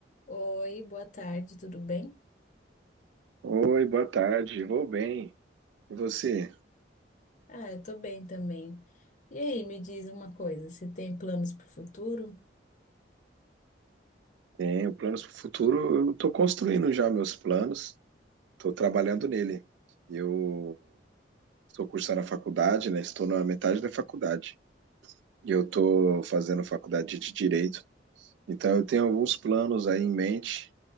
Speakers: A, on the left (about 45°); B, on the right (about 75°).
A: Oi, boa tarde, tudo bem?
B: Oi, boa tarde. Vou bem. E você?
A: Ah, eu tô bem também. E aí, me diz uma coisa, você tem planos para o futuro?
B: Tenho planos para o futuro. Eu estou construindo já meus planos, estou trabalhando nele. Eu estou cursando a faculdade, né? Estou na metade da faculdade. E eu estou fazendo faculdade de Direito. Então, eu tenho alguns planos aí em mente.